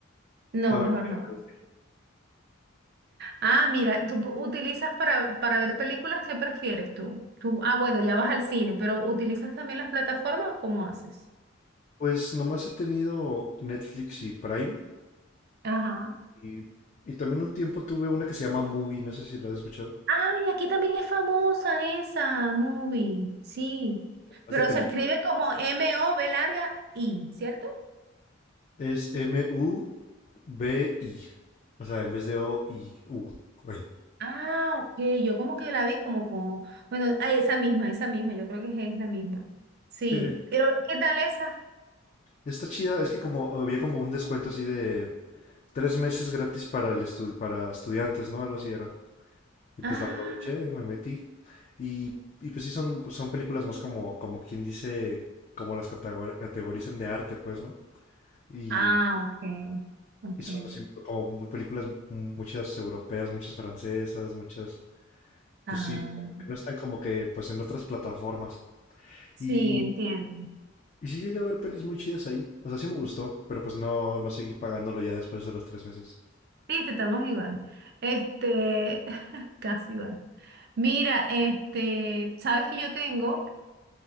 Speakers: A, on the right; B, on the left.
A: no,
B: Ah, bueno,
A: mejor
B: ¿qué
A: no.
B: ibas a
A: Ah, mira, tú pu- utilizas para, para ver películas, ¿qué prefieres tú? Tú, ah, bueno, ya vas al cine, pero ¿utilizas también las plataformas o cómo haces?
B: Pues nomás he tenido Netflix y Prime
A: Ajá.
B: y, y también un tiempo tuve una que se llama Movie, no sé si la has escuchado.
A: Ay, aquí también es famosa esa movie, sí.
B: Más
A: Pero
B: de películas.
A: se escribe como M-O-V larga I, ¿cierto?
B: Es M-U-B-I. O sea, en vez de O-I-U. Ay.
A: Ah, ok, yo como que la vi como como, bueno, ah, esa misma, esa misma, yo creo que es la misma. Sí,
B: Sí, sí.
A: pero ¿qué tal esa?
B: Está chida, es que como había como un descuento así de tres meses gratis para el estu- para estudiantes, ¿no? Algo así era. Y
A: Ah,
B: pues la aproveché, me metí. Y, y pues sí, son, son películas más como, como quien dice, como las categori- categorizan de arte, pues, ¿no? Y,
A: ah, ok, ok.
B: Y son así como mu- películas, muchas europeas, muchas francesas, muchas,
A: Ah,
B: pues sí, como que no están como que pues en otras plataformas.
A: sí,
B: Y,
A: entiendo.
B: y sí llegué a ver pelis muy chidas ahí. O sea, sí me gustó, pero pues no, no seguí pagándolo ya después de los tres meses.
A: Viste, estamos igual. Este, <laughs> casi igual. Mira, este, sabes que yo tengo